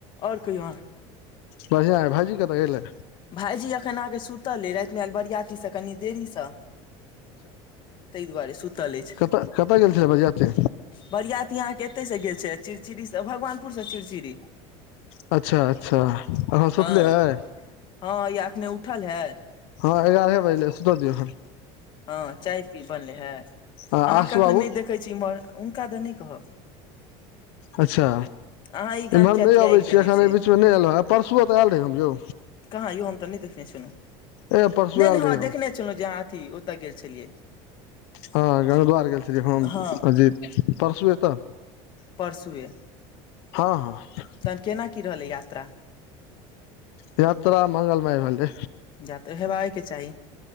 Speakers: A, on the left; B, on the left.
A: ओर कहियौ आहा
B: बढ़िआ है भाजी कतौ गेलेय
A: भायईजी एखन आ के सुतले राति में आर बरियाती से कनि देरीसँ ताहि दुआरे सुतल अछि।
B: कतऽ-कतऽ गेल छलै बरियाती?
A: बरियात अहाँकेँ एतय से गेल छैय, चिड़चिड़सँ भगवानपुरसँ चिड़चिड़ी।
B: अच्छा, अच्छा, आहा
A: हँ
B: सुतले हैं।
A: हँ, या अखने उठल हैं।
B: हँ, एगारहे बाज लै सुत्ता दियौ।
A: हँ, चाय पी बनले हैं। अहाँकेँ
B: आ आसू
A: एखन
B: बाबू
A: नैय देखै छी एम्हर हुनका तऽ नहि कहब।
B: अच्छा,
A: अहाँ ई गाम
B: एम्हर
A: किया
B: नहि
A: त्यागि
B: अबै छै
A: देने
B: एखन
A: छियै
B: एहि बीचमे नहि एलहु हँ परसुओ तऽ आयल रहै हम यौ।
A: कहाँ यौ हम तऽ नहि देखने छलहुँ
B: ए परसू
A: नहि नहि
B: आयल
A: हँ,
B: रही हम
A: देखने छलहुँ जे अहाँ अथि ओतय गेल छलियै।
B: हँ, गदआर गेल छलखिन,
A: हँ
B: अजिए-परसू तऽ।
A: परसुये।
B: हँ, हँ।
A: तऽ केना की रहलै यात्रा।
B: यात्रा मंगल माय राहले।
A: जा तऽ हेबाके चाही।